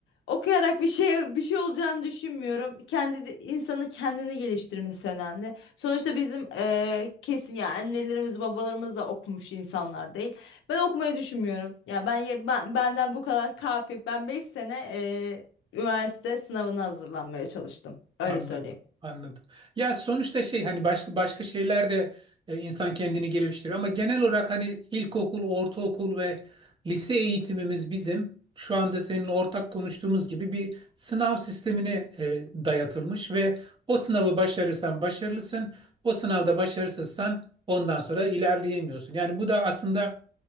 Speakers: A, on the left; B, on the right.
A: Okuyarak bir şey bir şey olacağını düşünmüyorum. Kendi de- insanın kendini geliştirmesi önemli. Sonuçta bizim eee, kesin ya annelerimiz babalarımız da okumuş insanlar değil. Ben okumayı düşünmüyorum. Ya ben, ye- ben benden bu kadar kafi. Ben 5 sene eee, üniversite sınavına hazırlanmaya çalıştım. Öyle
B: Anladım,
A: söyleyeyim.
B: anladım. Ya sonuçta şey hani başka başka şeyler de e, insan kendini geliştiriyor ama genel olarak hani ilkokul, ortaokul ve lise eğitimimiz bizim şu anda senin ortak konuştuğumuz gibi bir sınav sistemine e, dayatılmış ve o sınavı başarırsan başarılısın, o sınavda başarısızsan ondan sonra ilerleyemiyorsun. Yani bu da aslında